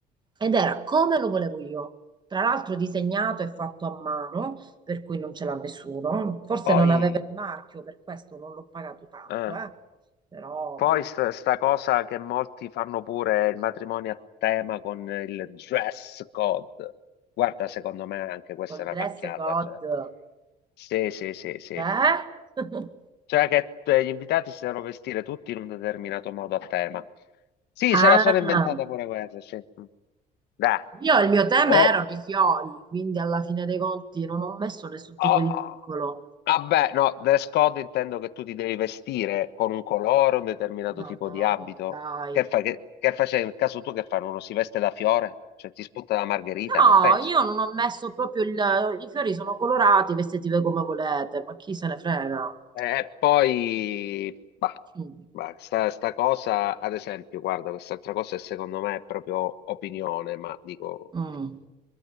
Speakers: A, on the right (about 25°); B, on the left (about 80°).
A: ed era come lo volevo io. Tra l'altro disegnato e fatto a mano per cui non ce l'ha nessuno. Forse
B: Poi,
A: non aveva il marchio, per questo non l'ho pagato tanto,
B: eh.
A: eh. Però
B: Poi
A: bellissimo,
B: sta, sta cosa che molti fanno pure è il matrimonio a tema con il dress code. Guarda, secondo me anche questa
A: il
B: è una
A: dress
B: pacchiata.
A: code.
B: Cioè. Sì, sì, sì, sì.
A: Eh? <laughs>
B: Cioè che eh, gli invitati si devono vestire tutti in un determinato modo a tema. Sì,
A: Ah,
B: se la sono inventata pure questa, sì. Mm. Dai.
A: io il mio tema
B: O,
A: erano i fiori, quindi alla fine dei conti non ho messo nessun
B: Oh,
A: tipo di
B: oh.
A: vincolo.
B: vabbè, no, dress code intendo che tu ti devi vestire con un colore, un determinato
A: Ma
B: tipo
A: no,
B: di abito.
A: ma dai.
B: Che fai? Che, che facevi? Nel caso tu che fanno? Uno si veste da fiore? Cioè ti spunta la margherita?
A: No,
B: Non penso.
A: io non ho messo proprio il... I fiori sono colorati, vestiti voi come volete, ma chi se ne frega?
B: E poi, bah,
A: Mm.
B: bah, sta, sta cosa, ad esempio, guarda, quest'altra cosa è, secondo me è proprio opinione, ma dico...
A: Mm.